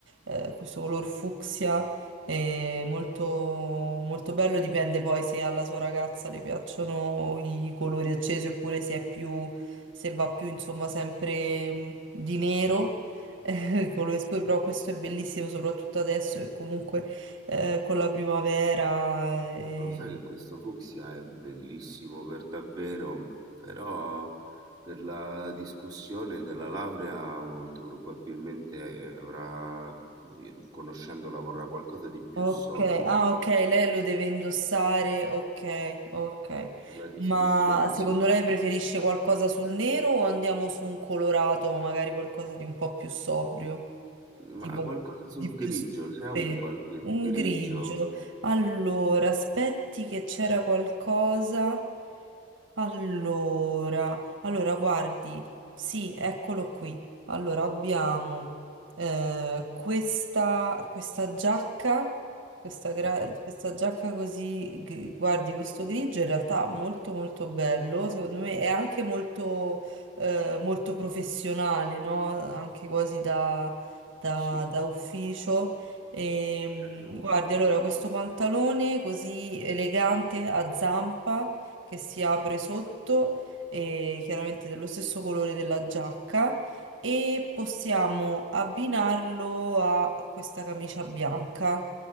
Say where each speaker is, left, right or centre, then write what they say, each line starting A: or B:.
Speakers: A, on the right (about 80°); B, on the right (about 20°).
A: eh, questo color fucsia, eh, molto, molto bello. Dipende poi se alla sua ragazza le piacciono i colori accesi oppure se è più, se va più, insomma, sempre mh, di nero. <laughs> Eh, i colori scuri, però questo è bellissimo soprattutto adesso che comunque eh, con la primavera. eh.
B: Lo sai che questo fucsia è bellissimo per davvero, però per la discussione della laurea molto probabilmente eh, avrà, sì, conoscendola, vorrà qualcosa di più
A: Ok,
B: sobrio.
A: ah ok, lei lo deve indossare, ok, ok.
B: Per la discussione,
A: Ma secondo
B: sì.
A: lei preferisce qualcosa sul nero o andiamo su un colorato, ma magari qualcosa di un po' più sobrio? Tipo
B: Ma qualcosa sul
A: di
B: grigio,
A: più spe-
B: c'è un qualche
A: un
B: grigio?
A: grigio. Allora, aspetti che c'era qualcosa. Allora, allora guardi, sì, eccolo qui. Allora abbiamo Eh, questa, questa giacca, questa, gra-
B: Ah,
A: Mm. questa giacca così, gri- guardi, questo grigio in realtà molto molto bello, secondo me è anche molto, eh, molto professionale, no? Anche quasi da, da-
B: sì,
A: da ufficio.
B: sì, mi
A: E,
B: piace
A: mm,
B: molto.
A: guardi, allora, questo pantalone così elegante a zampa che si apre sotto e chiaramente dello stesso colore della giacca e possiamo abbinarlo a questa camicia bianca.